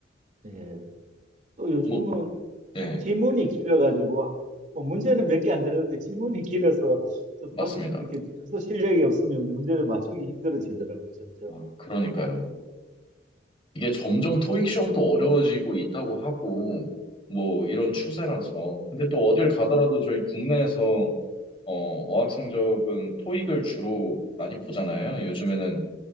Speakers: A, on the right; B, on the left.
A: 예. 또 요즘은
B: 뭐, 네,
A: 지- 지문이 길어가지고 하- 뭐 문제는 몇 개 안 되는데 지문이 길어서 좀
B: 맞습니다.
A: 독, 이렇게 해서 실력이 없으면 문제를 맞추기 힘들어지더라고요, 점점.
B: 어, 그러니까요. 이게 점점 토익 시험도 어려워지고 있다고 하고 뭐 이런 추세라서. 근데 또 어딜 가더라도 저희 국내에서 어, 어학 성적은 토익을 주로 많이 보잖아요. 요즘에는